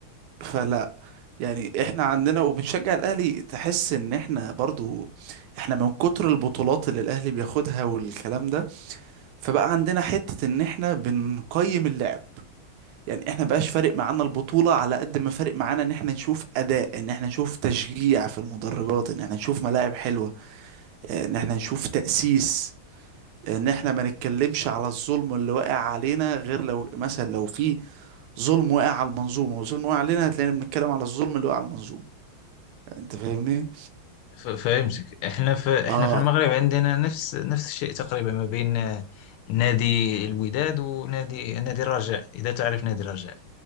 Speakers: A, on the right (about 75°); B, on the left (about 90°).
A: فلا يعني احنا عندنا وبنشجع الاهلي تحس ان احنا برضو احنا من كتر البطولات اللي الاهلي بياخدها والكلام ده فبقى عندنا حتة ان احنا بنقيم اللعب يعني احنا بقاش فارق معانا البطولة على قد ما فارق معانا ان احنا نشوف اداء ان احنا نشوف تشجيع في المدرجات ان احنا نشوف ملاعب حلوة ان احنا نشوف تأسيس ان احنا ما نتكلمش على الظلم اللي واقع علينا غير لو مثلا لو في ظلم واقع على المنظومة وظلم واقع علينا هتلاقينا بنتكلم على الظلم اللي واقع على المنظومة انت فاهمني
B: ف- فهمتك إحنا في إحنا
A: اه
B: في المغرب عندنا نفس نفس الشيء تقريبا ما بين آه، نادي الوداد ونادي نادي الرجاء إذا تعرف نادي الرجاء